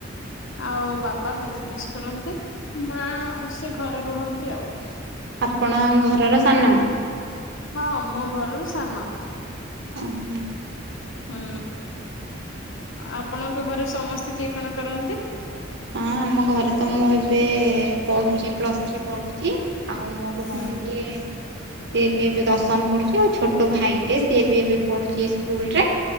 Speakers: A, on the left; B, on the right.
A: ଆଉ ବାପା ବିଜନେସ୍ କରନ୍ତି ମା ସେ ଘରେ ରୁହନ୍ତି ଆଉ।
B: ଆପଣ ଘରର ସାନ।
A: ହଁ ମୋ ଘରରୁ ସାନ।
B: ଓହୋ ହଁ।
A: ହୁଁ ଆପଣଙ୍କ ଘରେ ସମସ୍ତେ କିଏ କଣ କରନ୍ତି।
B: ହଁ ଆମ ଘରେ ତ ମୁଁ ଏବେ ପଢୁଛି ପ୍ଲସ୍ ଥ୍ରୀ ପଢ଼ୁଛି। ଆଉ ମୋ ଭଉଣୀ
A: ହୁଁ
B: ଯେ। ସିଏ ବି ଏବେ ଦଶମ ପଢୁଛି ଆଉ ଛୋଟ ଭାଇ ଟେ ସିଏ ବି ଏବେ। ପଢୁଛି ସ୍କୁଲ ରେ